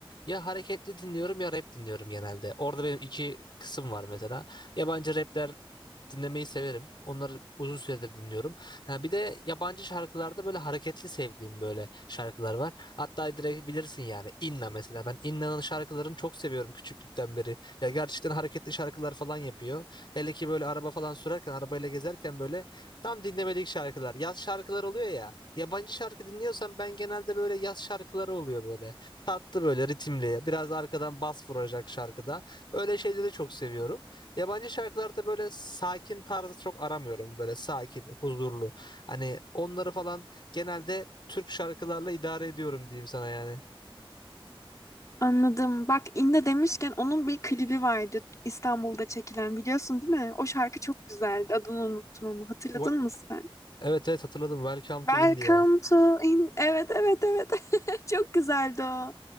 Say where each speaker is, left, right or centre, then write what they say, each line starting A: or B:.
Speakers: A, on the left; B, on the left.
A: ya hareketli dinliyorum ya rap dinliyorum genelde. Orada benim iki kısım var mesela. Yabancı rapler dinlemeyi severim. Onları uzun süredir dinliyorum. Ha, bir de yabancı şarkılarda böyle hareketli sevdiğim böyle şarkılar var. Hatta direkt bilirsin yani Inna mesela. Ben Inna'nın şarkılarını çok seviyorum küçüklükten beri. Ya gerçekten hareketli şarkılar falan yapıyor. Hele ki böyle araba falan sürerken, arabayla gezerken böyle tam dinlemelik şarkılar. Yaz şarkılar oluyor ya. Yabancı şarkı dinliyorsam ben genelde böyle yaz şarkıları oluyor böyle. Tatlı böyle ritimli. Biraz arkadan bas vuracak şarkıda. Öyle şeyleri çok seviyorum. Yabancı şarkılarda böyle sakin tarzı çok aramıyorum. Böyle sakin, huzurlu. Hani onları falan genelde Türk şarkılarla idare ediyorum diyeyim sana yani.
B: Anladım. Bak İnda demişken onun bir klibi vardı İstanbul'da çekilen biliyorsun değil mi? O şarkı çok güzeldi. Adını unuttum ama hatırladın
A: Wa-
B: mı sen?
A: Evet evet hatırladım. Welcome to
B: Welcome
A: India.
B: to in... Evet evet evet. <laughs> Çok güzeldi o.